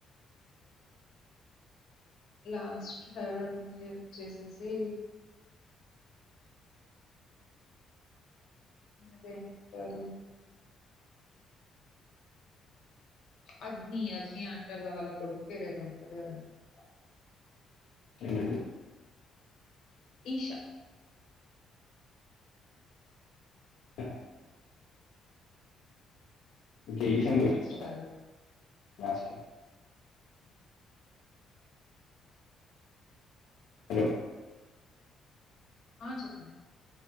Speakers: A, on the left (about 60°); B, on the left (about 75°).
A: లాస్ట్ హరడ్ మూవీ వచ్చేసేసి అది ఏమంటారు అగ్ని అగ్ని అంటరుగ వాళ్ళ కొడుకు పేరు ఏదో ఉంటది కదండి?
B: ఏంటండీ?
A: ఈషా
B: 'ఈషానా'. ఇంక ఈషా
A: నా
B: మూవీ
A: లాస్ట్
B: చూసారా?
A: హారర్
B: లాస్ట్ ద
A: హ్మ్
B: హలో
A: ఆ చెప్పండి?